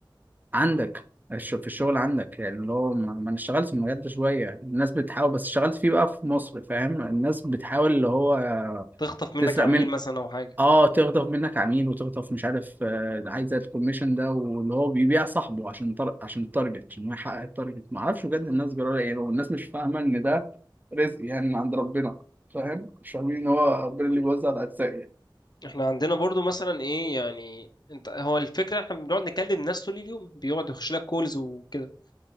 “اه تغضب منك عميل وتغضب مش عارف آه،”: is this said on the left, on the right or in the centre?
Right